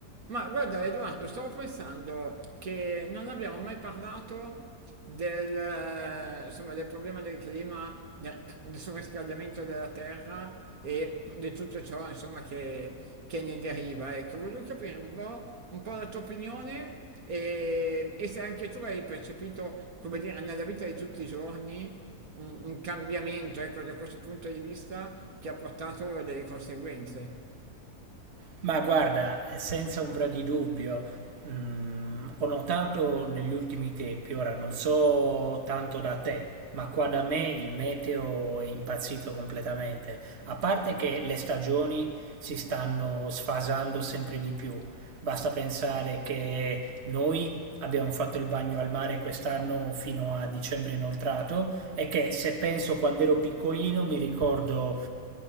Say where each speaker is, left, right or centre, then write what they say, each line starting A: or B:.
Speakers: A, on the right; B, on the right.
A: Ma guarda Edoardo, stavo pensando che non abbiamo mai parlato del, eh, insomma, del problema del clima, del, del surriscaldamento della terra e di tutto ciò, insomma, che, che ne deriva. Ecco, volevo capire un po', un po' la tua opinione e, e se anche tu hai percepito, come dire, nella vita di tutti i giorni un, un cambiamento, ecco, da questo punto di vista che ha portato delle conseguenze.
B: Ma guarda, eh, senza ombra di dubbio, mm, ho notato negli ultimi tempi, ora non so tanto da te, ma qua da me il meteo è impazzito completamente. A parte che le stagioni si stanno sfasando sempre di più. Basta pensare che noi abbiamo fatto il bagno al mare quest'anno fino a dicembre inoltrato e che se penso quando ero piccolino mi ricordo